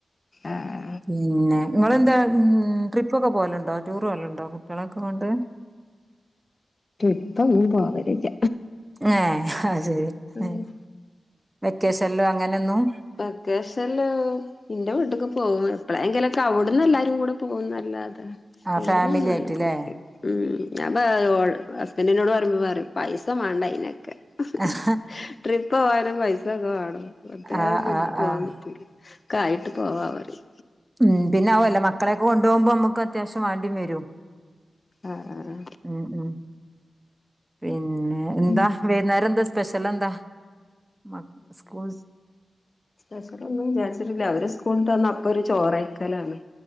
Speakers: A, on the left; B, on the right.
A: ആഹ,
B: പിന്നെ നിങ്ങെന്താ മ് ട്രിപ്പൊക്കെ പോലുണ്ടോ? ടൂർ പോലുണ്ടോ കുട്ടികളൊക്കെ കൊണ്ട്.? <inaudible>
A: ട്രിപ്പൊന്നും പോവലില്ല
B: ഏ, അത്, ഹ്
A: ഉം
B: വെക്കേഷൻലോ അങ്ങനൊന്നും.
A: വെക്കേഷൻല് ഇന്റെ വീട്ട്ക്ക് പോവാ.. എപ്പോങ്കിലൊക്കെ അവ്ട്ന്ന് എല്ലാരുംകൂടെ പോകുന്നല്ലാതെ
B: ആഹ്
A: ഇവടന്നൊന്നും
B: ഫാമിലി
A: അങ്ങനെ
B: ആയിട്ട്ല്ലേ
A: പോവൂല. മ് എ അപ്പൊ ഓൾ ഹസ്ബൻഡിനോട് പറിമ്പം പറിം പൈസ മാണ്ടേ അയ്നൊക്കെ. ക്കെ.
B: ആഹ്
A: ട്രിപ്പോവാനും പൈസ ഒക്കെ വാണം. <unintelligible>
B: ആഹ്
A: നമ്മക്ക്
B: ആഹ്
A: പോവാൻ
B: ആഹ്
A: പറ്റൂല ഒക്കായിട്ട് പോവാന്ന് പറിം.
B: ഉം പിന്നെ അഉഅല്ല. മക്കളൊക്കെ കൊണ്ടു പോവ്മ്പോ നമുക്ക് അത്യാവശ്യം വേണ്ടി വരും.
A: അ അ അ
B: ഉം ഉം പിന്നെ എന്താ
A: ഉം
B: വൈനേരം എന്താ സ്പെഷ്യൽ എന്താ മ സ്കൂൾ
A: സ്പെഷ്യൽ ഒന്നും വിചാരിച്ചിട്ടില്ല അവര് സ്കൂളിട്ട് വന്ന അപ്പൊ ഒരു ചോറെയിക്കലാണ്